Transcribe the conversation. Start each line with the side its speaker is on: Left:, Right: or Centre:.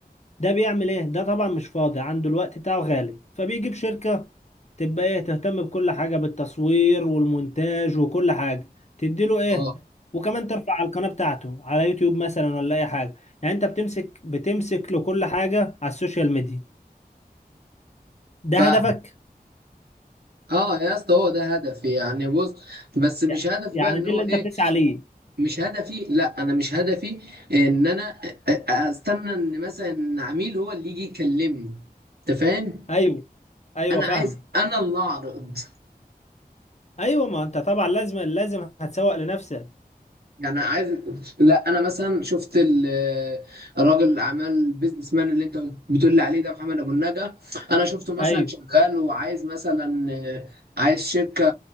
Left: ده بيعمل ايه ده طبعا مش فاضي عنده الوقت بتاعه غالي فبيجيب شركة تبقى ايه تهتم بكل حاجة بالتصوير والمونتاج وكل حاجة تديله ايه
Right: اه
Left: وكمان ترفع على القناة بتاعته على يوتيوب مثلا ولا اي حاجة يعني انت بتمسك بتمسك له كل حاجة على السوشيال ميديا ده
Right: فاهم
Left: هدفك
Right: اه يا اسطى هو ده هدفي يعني بص بس مش
Left: يع-
Right: هدف
Left: يعني
Right: بقى ان
Left: دي
Right: هو
Left: اللي
Right: ايه
Left: انت بتسعى ليه
Right: مش هدفي لا انا مش هدفي ان انا أ- أ- استنى ان مثلا عميل هو اللي يجي يكلمني انت فاهم
Left: ايوه ايوه
Right: انا
Left: فاهم
Right: عايز انا اللي اعرض
Left: ايوه ما انت طبعا لازم لازم هتسوق لنفسك
Right: يعني عايز لا انا مثلا شفت ال- الراجل الاعمال البيزنس مان اللي انت بتقول لي عليه ده محمد ابو النجا انا شفته مثلا
Left: ايوه
Right: شغال وعايز مثلا آه، عايز شركه